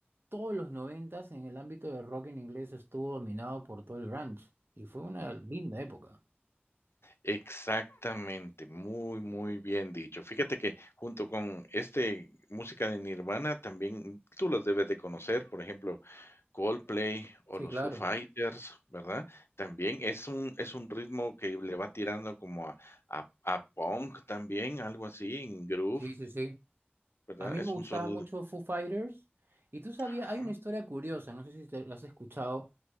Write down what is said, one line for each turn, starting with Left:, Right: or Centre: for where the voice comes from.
Right: todos los noventas en el ámbito del rock en inglés estuvo dominado por todo el grunge, y fue una linda época.
Left: Exactamente, muy, muy bien dicho. Fíjate que junto con este música de Nirvana también tú los debes de conocer, por ejemplo, Coldplay o
Right: Sí,
Left: los
Right: claro.
Left: Foo Fighters, ¿verdad? También es un es un ritmo que le va tirando como a a a punk también, algo así, en groove,
Right: Sí, sí, sí.
Left: ¿verdad?
Right: A mí
Left: Es
Right: me gustaba
Left: un sonido
Right: mucho Foo Fighters. Y tú sabías,
Left: ajá,
Right: hay una historia curiosa, no sé si te lo has escuchado,